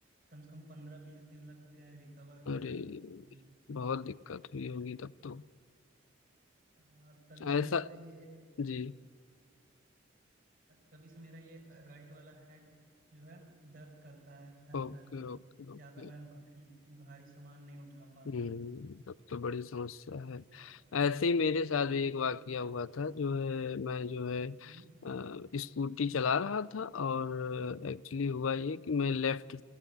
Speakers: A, on the right; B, on the left.
A: कम से कम पंद्रह बीस दिन लग गए रिकवर होने
B: अरे
A: में मुझे
B: बहुत दिक्कत हुई होगी तब तो
A: हाँ, तभी से
B: ऐसा
A: मेरा ये
B: जी
A: तभी से मेरा ये राइट वाला हैंड जो है दर्द करता है हल्का
B: Okay
A: हल्का
B: okay okay
A: ज्यादा मैं भारी भारी सामान नहीं उठा पाता
B: हम्म, तब तो बड़ी समस्या है
A: और-
B: ऐसे ही मेरे साथ
A: हम्म,
B: भी एक वाकया हुआ था जो है मैं जो है
A: हम्म,
B: अ, स्कूटी चला रहा था और एक्चुअली हुआ ये कि मैं लेफ्ट